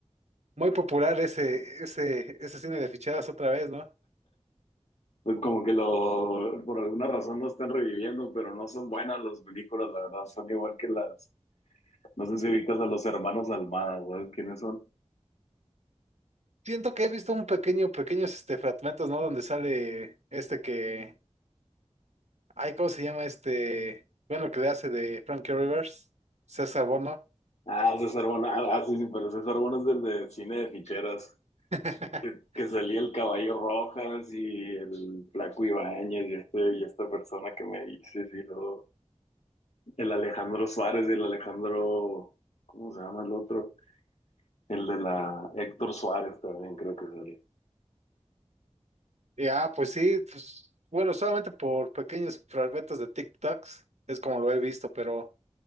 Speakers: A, on the right; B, on the left.
A: muy popular ese, ese, ese cine de ficheras otra vez, ¿no?
B: Pues como que lo, por alguna razón lo están reviviendo, pero no son buenas las películas, la verdad, son igual que las, no sé si ubicas a los hermanos Almada, ¿sabes quiénes son?
A: Siento que he visto un pequeño, pequeños este, fragmentos, ¿no? Donde sale este que Ay, ¿cómo se llama este? Bueno, lo que le hace de Frankie Rivers, César Bono.
B: Ah, César Bona, ah, ah, sí, sí, pero César Bona es del de cine de ficheras,
A: <laughs>
B: que, que salía el Caballo Rojas y el Flaco Ibáñez y, este, y esta persona que me dices, y luego... El Alejandro Suárez y el Alejandro, ¿cómo se llama el otro? El de la Héctor Suárez también creo que salió.
A: Y ah, pues sí, pues, bueno, solamente por pequeños fragmentos de TikToks, es como lo he visto, pero